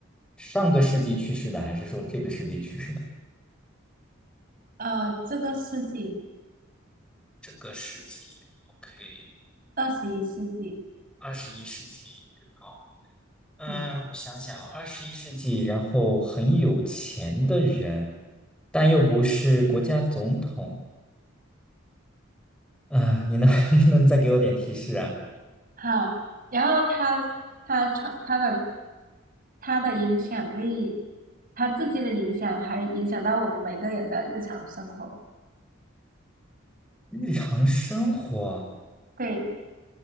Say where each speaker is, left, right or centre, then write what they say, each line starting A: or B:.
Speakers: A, in the centre; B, on the right.
A: 上个世纪去世的，还是说这个世纪去世的？
B: 啊，这个世纪，
A: 这个世纪，OK，
B: 二十一世纪，
A: 二十一世纪，好。嗯，
B: 嗯。
A: 我想想啊，二十一世纪，然后很有钱的人，但又不是国家总统啊，你能 <laughs> 不能再给我点提示啊？
B: 好，然后他他创他的他的影响力，他自己的影响还影响到我们每个人的日常生活。
A: 日常生活
B: 对，